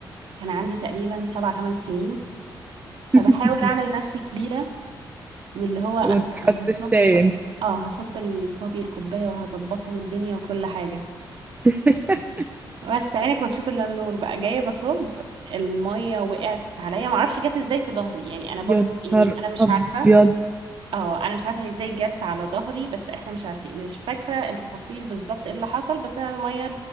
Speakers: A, on the right (about 75°); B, on the right (about 15°).
A: كان عندي تقريبا سبع ثمان سنين فبحاول
B: <laughs>
A: اعمل نفسي كبيرة واللي هو انا
B: وتحط
A: هصب
B: الشاي انت
A: اه هصب البابي الكوباية وهظبط له الدنيا وكل حاجة
B: <laughs>
A: بس عينك ما تشوف الا النور بقى جايه بصب الميه وقعت عليا معرفش جت ازاي في ظهري يعني انا برضو
B: يا
A: يعني
B: نهار
A: انا مش
B: ابيض
A: عارفه اه انا مش عارفه هي ازاي جت على ظهري بس احنا مش عارفين مش فاكره التفاصيل بالظبط ايه اللي حصل بس انا الميه